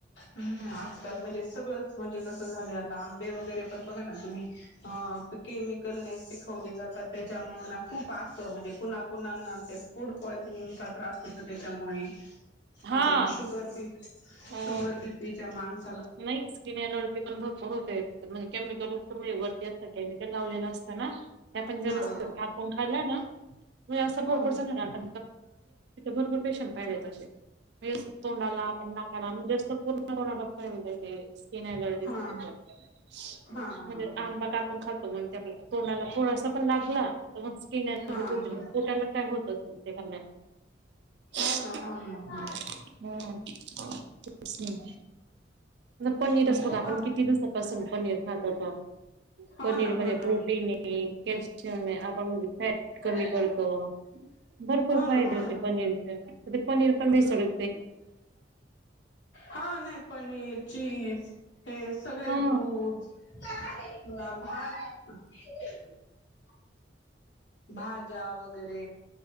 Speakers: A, on the left (about 80°); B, on the right (about 65°).
A: ह आजकाल म्हणजे <inaudible> सगळंच म्हणजे कसं झालं, आता आंबे वगैरे, पण बघा ना तुम्ही- हा केमती <unintelligible> कणे शिकवले जातात त्याच्यामु <inaudible> खूप असतं म्हणजे कुणा कुणाना ते फूड पॉयझनिंगचा त्रास होत त्याच्यामुळे
B: हा
A: अचछा शुगर बी शुगर
B: हो
A: बीपीच्या माांस
B: नाही स्किन एलर्जी पण भरपूर होत म्हणजे केमिकल वरती असत केमिकल लावलेलं असतं ना आपण जर
A: हा
B: अस का आपण खालं ना तुम्ही असं
A: हा
B: भरपरं
A: हो
B: ना त भर पैश मळे तसे <unintelligible> <unintelligible> <unintelligible> <unintelligible>
A: हा हा हा हा हा
B: <unintelligible>
A: हा हा हा हा हो ना हो ना
B: पनीरच
A: हो
B: बघा
A: खूप
B: आपण किती दिवसापासून पनीर खातोतो
A: हो
B: पनीर
A: ना
B: मधी
A: हो ना
B: प्रोटीन
A: हो
B: आहे कॅल्शियम आहे आपण म्हणजे फॅट कमी
A: ना
B: करतो भरपूर
A: हो
B: फायदे
A: ना हो
B: होते
A: ना
B: पनीरचे ते पनीर पण भेसळ यु
A: <inaudible> हा नाही पनी हे चीज हे सगळे
B: हा
A: दूध <unintelligible> भाज्या वगैरे